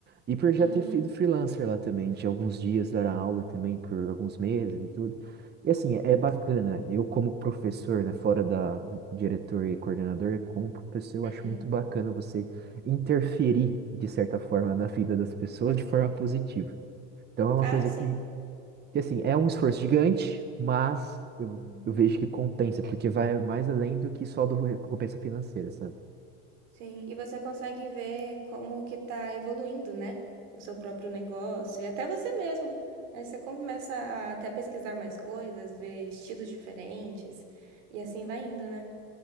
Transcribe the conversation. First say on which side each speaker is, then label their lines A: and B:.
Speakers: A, on the right; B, on the right.
A: e por já
B: Uhum.
A: ter sido freelancer lá também, de alguns dias dar aula também por alguns meses e tudo. E assim, é bacana. Eu como professor, né, fora da diretor e coordenador, como professor, eu acho
B: Uhum.
A: muito bacana você interferir de certa forma na vida das pessoas de forma positiva. Então é uma
B: Ah,
A: coisa
B: sim.
A: que, que assim, é um esforço gigante, mas eu,
B: Uhum.
A: eu vejo que compensa, porque vai mais além do que só do recompensa financeira, sabe?
B: Sim, e você consegue ver como que tá evoluindo, né? O seu próprio negócio e até você mesmo. Aí você começa a até pesquisar mais coisas, ver estilos diferentes e assim vai indo, né?